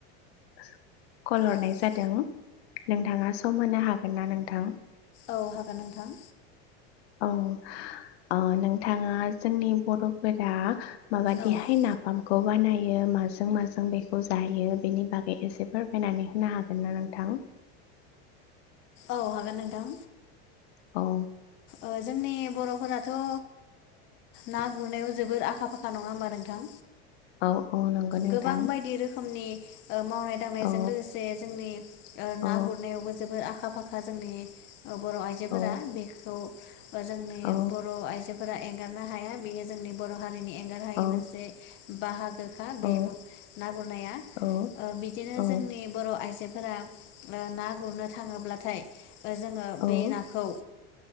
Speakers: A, on the left; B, on the left.
A: <inaudible> कल हरनाय
B: औ
A: जादों नोंथाङा सम होनो हागोन हागोन ना नोंथां
B: औ हागोन नोंथां।
A: औ ओ नोंथाङा जोंनि बरफोरा माबादिहाय
B: औ
A: नाफाम खौ बानायो माजों माजों बेखौ जायो बेनि बागै एसे फोरमायनानै होनो हागोन ना नोंथां
B: औ हागोन नोंथां
A: औ
B: ओ जोंनि बरफोराथ ओ ना गुरनायाव जोबोर आखा फाखा नंङा होमबा नोंथां
A: औ औ नंगो नोंथां।
B: गोबां बायदि रोखोमनि ओ मावनाय दांनायजों
A: औ
B: लोगोसे जोंनि ओ
A: औ
B: ना गुरनायावबो जोबोद आखा फाखा जोंनि बर' आइजोफोरा।
A: औ
B: बेखौ ओ जोंनि
A: औ
B: बर' आइजोफोरा एं एंगारनो हाया बेयो जोंनि बर' हारिनि एंगार हायै
A: औ
B: मोनसे बाहागोखा
A: औ
B: बे ना गुरनाया। ओ
A: औ
B: िदिनो
A: औ
B: जोंनि बर' आइजो फोरा ओ ना गुरनो थाङोब्ला थाय ओ जोङो बे
A: औ
B: नाखौ